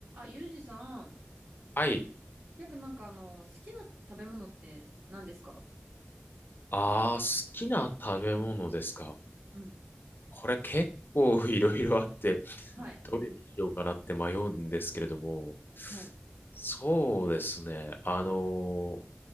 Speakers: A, on the right (about 65°); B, on the left (about 50°).
A: あ、ユージさん。
B: はい。
A: やっぱなんかあの、好きな食べ物って何ですか
B: ああ、好きな食べ物ですか。
A: うん。
B: これ結構 <laughs> いろいろあって、
A: はい。
B: どれにしようかなって迷うんですけれども、
A: はい。
B: そうですね。あの